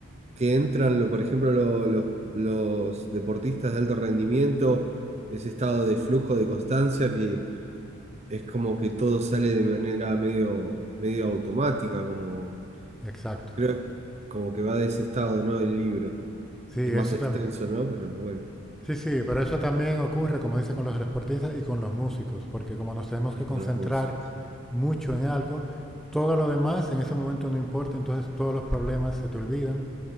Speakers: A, on the right (about 30°); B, in the centre.
A: que entran, lo- por ejemplo, lo- lo- los deportistas de alto rendimiento, ese estado de flujo de constancia que es como que todo sale de manera medio, medio automática, como
B: Exacto.
A: creo que- como que va de ese estado, ¿no? El libro.
B: Sí,
A: Es más
B: eso
A: extenso, ¿no? Pero bueno,
B: Sí, sí, pero eso también ocurre, como dice, con los deportistas y con los músicos, porque como nos tenemos
A: y
B: que concentrar
A: con las músicas.
B: mucho en algo, todo lo demás en ese momento no importa, entonces todos los problemas se te olvidan.